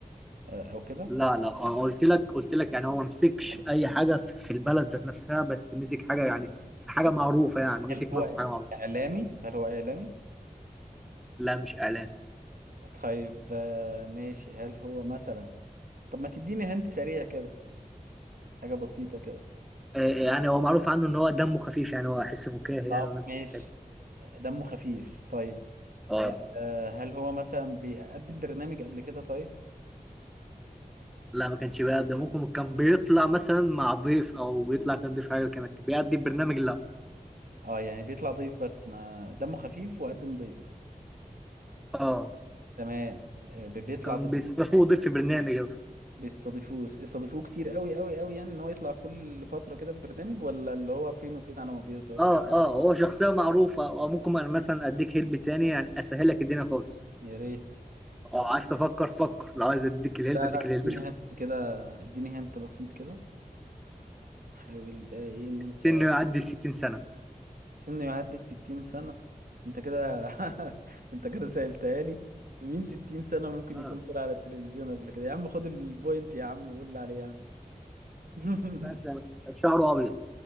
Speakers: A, on the right; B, in the centre.
A: آه، أو كده
B: لا لا آه، قلت لك قلت لك يعني هو ما مسكش
A: طب
B: اي حاجه في في البلد ذات نفسها بس مسك حاجه يعني في حاجه
A: طب
B: معروفه يعني مسك
A: هل هو
B: منصب حاجه معروفه
A: إعلامي هل هو إعلامي
B: لا مش اعلام
A: طيب آه، ماشي هل هو مثلا طب ما تديني هنت سريع كده حاجة بسيطة كده
B: آه، يعني هو معروف عنه ان هو دمه خفيف يعني هو حس فكاهي
A: طب
B: يعني والناس
A: ماشي
B: بتحبه
A: دمه خفيف طيب
B: اه
A: آه، آه، هل هو مثلا بيقدم برنامج قبل كده طيب
B: لا ما كانش بيقدم ممكن كان بيطلع مثلا مع ضيف او بيطلع كان ضيف حاجه كان بيقدم برنامج لا
A: اه يعني بيطلع ضيف بس ما دمه خفيف وقدم ضيف
B: اه
A: تمام آه، بي- بيطلع
B: كان
A: ضيف
B: بيستضيفوه ضيف في برنامج
A: بيستضيفوه استضيفوه كتير قوي قوي قوي يعني ان هو يطلع كل فترة كده في برنامج ولا اللي هو فين وفين على ما بيظهر
B: اه اه هو شخصيه معروفه او ممكن انا مثلا اديك هلب تاني يعني اسهلك الدنيا خالص
A: يا ريت
B: اه عايز تفكر فكر لو عايز اديك الهلب
A: لا
B: اديك
A: لا
B: الهلب
A: اديني
B: شوف
A: هنت كده اديني هنت بسيط كده وحاول بقى ايه ان انت
B: سنه يعدي 60 سنه
A: سنه يعدي الستين سنة انت كده <laughs> انت كده سألتها لي مين ستين سنة ممكن
B: اه
A: يكون طلع على التلفزيون قبل كده يا عم خد البوينت يا عم وقول لي عليه يا عم <laughs>
B: مثلا شعره ابيض